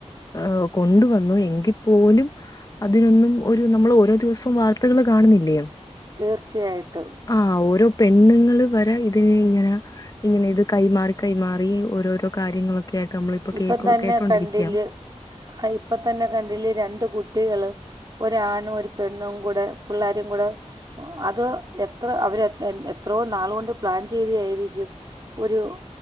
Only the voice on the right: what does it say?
തീർച്ചയായിട്ടും
ഇപ്പം
തന്നെ
കണ്ടില്ല് ആഹ് ഇപ്പ തന്നെ കണ്ടില്ലേ രണ്ട് കുട്ടികള്. ഒരാണും ഒരു പെണ്ണും കൂടെ പുള്ളേരും കൂടെ.. അത് എത്ര അവരെ എത്രയോ നാളുകൊണ്ട് പ്ലാൻ ചെയ്തയായിരിക്കും. ഒരു